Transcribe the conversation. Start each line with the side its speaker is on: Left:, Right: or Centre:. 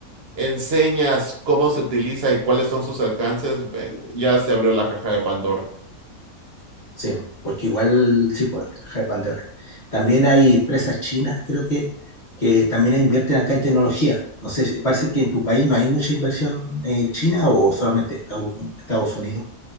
Right: enseñas cómo se utiliza y cuáles son sus alcances, ve- ya se abrió la caja de Pandora.
Left: Sí, porque igual sí, pues, la caja de Pandora. También hay empresas chinas, creo que, que también invierten acá en tecnología. No sé, si- parece que en tu país no hay mucha inversión eh, china o solamente Estados, Estados Unidos.